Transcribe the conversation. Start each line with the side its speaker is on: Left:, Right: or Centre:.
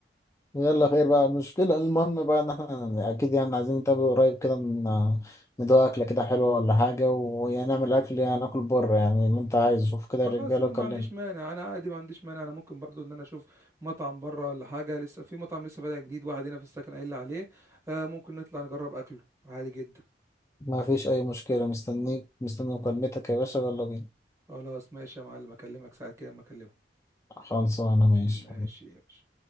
Left: يلا خير بقى المشكلة المهم بقى إن إحنا أكيد يعني عايزين نتقابل قريب كده ن- ندوق أكلة كده حلوة ولا حاجة ونعمل أكل يعني ناكل بره يعني اللي أنت عايزه شوف كده
Right: خلاص
Left: الرجالة
Right: انا
Left: وكلمني
Right: ما عنديش مانع انا عادي ما عنديش مانع انا ممكن برضو ان انا اشوف مطعم بره ولا حاجه لسه في مطعم لسه فاتح جديد واحد هنا في السكن قايل لي عليه آه ممكن نطلع نجرب اكله عادي جدا
Left: ما فيش أي مشكلة مستنيك مستني مكالمتك يا باشا يلا بينا
Right: خلاص ماشي يا معلم اكلمك ساعه كده ما اكلمه
Left: خلصانة ماشي
Right: ماشي ماشي